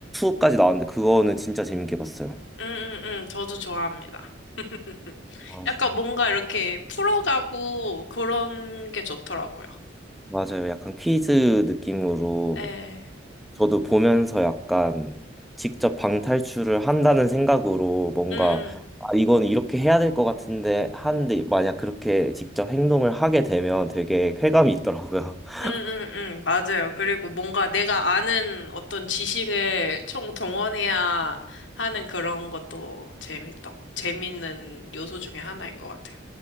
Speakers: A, in the centre; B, on the left (about 75°).
A: 2까지 나왔는데, 그거는 진짜 재밌게 봤어요.
B: 음, 음, 음, 저도 좋아합니다. <laughs>
A: 맞아.
B: 약간 뭔가 이렇게 풀어가고 그런 게 좋더라고요.
A: 맞아요. 약간 퀴즈 느낌으로
B: 예.
A: 저도 보면서 약간 직접 방탈출을 한다는 생각으로 뭔가
B: 음, 음.
A: 아, 이건 이렇게 해야 될 것 같은데 하는데 만약 그렇게 직접 행동을 하게 되면 되게 쾌감이 있더라고요. <laughs>
B: 응응응 맞아요. 그리고 뭔가 내가 아는 어떤 지식을 총동원해야 하는 그런 것도 재밌다. 재밌는 요소 중에 하나인 것 같아요.